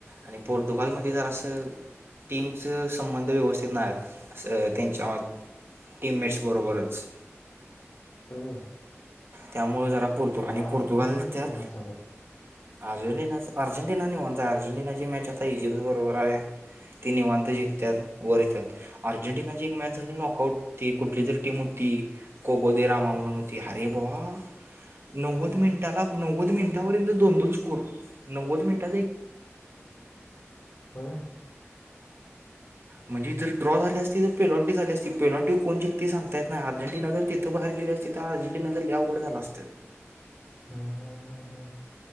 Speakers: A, on the right; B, on the left.
A: आणि पोर्तुगालमध्ये जर असं टीमच संबंध व्यवस्थित नाही त्यांच्या टीममेट्स बरोबरच
B: हम्
A: त्यामुळं जरा पर्तु आणि
B: अर्जेंटिनाच्या
A: पोर्तुगाल
B: किती
A: त्यात
B: मॅच झाल्यात
A: अर्जेंटिना अर्जेटिना नि म्हणता अर्जेंटिनाची मॅच आता इजिप्त बरोबर आहे ते निवांत जिकतात वर येतात अर्जेंटिनाची एक मॅच झाली नॉकआउट ती कुठली जरी टीम उठते ती कोबोदे रामा म्हणून
B: हा
A: होती आणि नव्वद मिनिटा नव्वद मिनिटापर्यंत दोन दो को नव्वद मिनिट
B: होय
A: म्हण ड्रॉ झाले असती तर पेलोटी झाली असती पेलंटी कोण शक्ती सांतात अर्जेटिना जर तिथं बाहेर गेली अस तर अर्ें वड झाला असत
B: हम्म हम्म हम्म हम्म